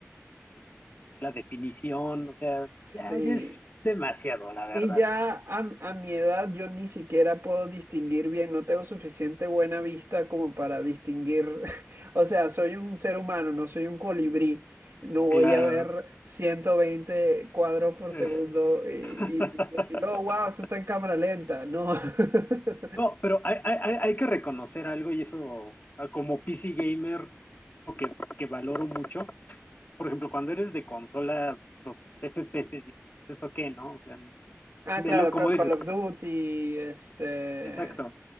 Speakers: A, on the left; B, on the right.
A: este, la definición, o sea,
B: sí.
A: ya, ya es demasiado, la verdad.
B: Y ya a, a mi edad yo ni siquiera puedo distinguir bien, no tengo suficiente buena vista como para distinguir, <laughs> o sea, soy un ser humano, no soy un colibrí, no voy
A: Claro.
B: a ver 120 cuadros por
A: Eh.
B: segundo y, y
A: <laughs>
B: decir, oh, wow, eso está en cámara lenta, no. <laughs>
A: No, pero hay, hay, hay hay que reconocer algo y eso, ah, como PC gamer, lo que, que valoro mucho, por ejemplo, cuando eres de consola, los FPS, dices, "Pues, ¿eso qué, no? O sea,
B: Ah,
A: de
B: claro,
A: lo, como
B: Ca-
A: dices,
B: Call of Duty, este,
A: exacto,